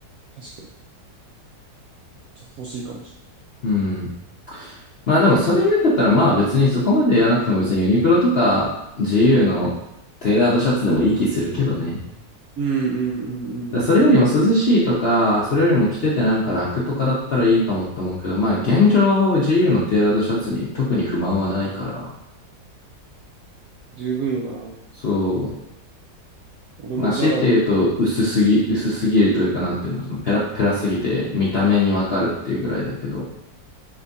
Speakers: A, on the right; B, on the left.
A: 確かに。ちょっと欲しいかもし
B: うん。まあでもそれ言うんだったらまあ別にそこまでやらなくても別にユニクロとか GU のテーラードシャツでもいい気するけどね。
A: れない。うんうんうんうんう
B: だそれよりも涼しいとか、
A: ん。
B: それよりも着ててなんか楽とかだったらいいかもって思うけど、まあ現状 GU のテーラードシャツに特に不満はないから、
A: 十分よな。
B: そう。
A: 俺もザラの、
B: まあ強いて言うと薄すぎ、薄すぎるというかなんていうの、そのペラッペラすぎて見た目にわかるっていうぐらいだけど、